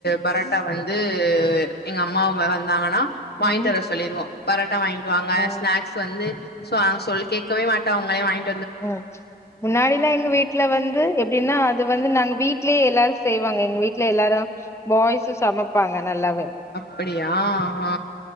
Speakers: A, on the left; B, on the left.
A: பரோட்டா வந்து எங்க அம்மா வ வந்தாங்கனா வாங்கிட்டு
B: ம்
A: வர சொல்லிருவோ பராட் டா வாங்கிட்டுவாங்க
B: ஆ
A: ஸ்நாக்ஸ் வந்து சோ நாங்க சொல்லி கேக்கவே மாட்டா அவுங்களே வாங்கி
B: ம் முன்னாடிலா எங்க வீட்ல வந்து எப் டின்னா அது வந்து நாங்க வீட்லயே எல்லாரு செய்வாங்க எங்க வீட்ல எல்லாரு பாய்ஸு சமப் பாங்க நல்லாவே
A: பிடியா ஆ